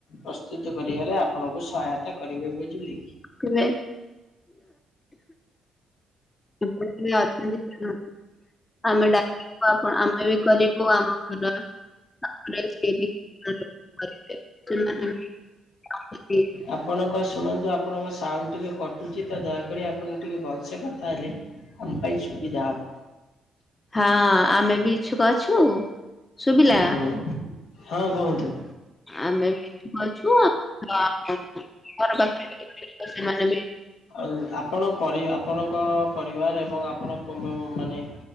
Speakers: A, on the left; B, on the left.
A: ପ୍ରସ୍ତୁତ କରିବାରେ ଆପଣଙ୍କୁ ସହାୟତା କରିବେ ବୁଝିଲେ କି।
B: କେବେ କେମିତି ଅଛନ୍ତି <unintelligible> ଆମେ ଡାକିବୁ ଆପଣ ଆମେ ବି କରିବୁ ଆମ ଘରର <unintelligible>
A: ଆପଣଙ୍କ ଶୁଣନ୍ତୁ ଆପଣଙ୍କ ସାଉଣ୍ଡ ଟିକେ କଟୁଛି ତ ଦୟାକରି ଆପଣ ଟିକେ ଭଲସେ କଥା ହେଲେ ଆମ ପାଇ ସୁବିଧା ହବ।
B: ହଁ ଆମେ ବି ଇଛୁକ ଅଛୁ ଶୁଭିଲା।
A: ହୁଁ ହଁ କୁହନ୍ତୁ।
B: ଆମେ ବି ଇଛୁକ ଅଛୁ ଆଉ ଘର ପାଖରେ ସେମାନେ ବି
A: ଆଉ ଆପଣ ପରି ଆପଣଙ୍କ ପରିବାର ଏବଂ ଆପଣଙ୍କ ମାନେ